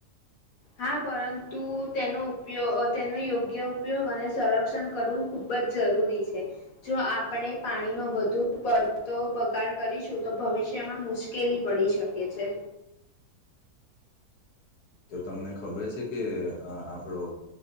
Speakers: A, on the left; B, on the left.
A: હા પરંતુ તેનો ઉપયોગ તેનો યોગ્ય ઉપયોગ અને સંરક્ષણ કરું. ખુબ જ જરૂરી છે. જો આપણે પાણી ન વધુ પડતો બગાડ કરીશું તો ભવિષ્યમાં મુશ્કેલ ઉકેલી પડી શકે છે.
B: તો તમને ખબર છે કે અ આપણો